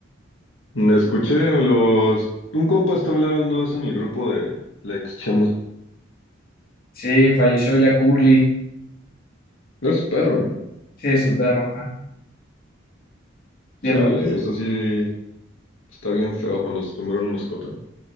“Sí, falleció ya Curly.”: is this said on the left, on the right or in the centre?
Left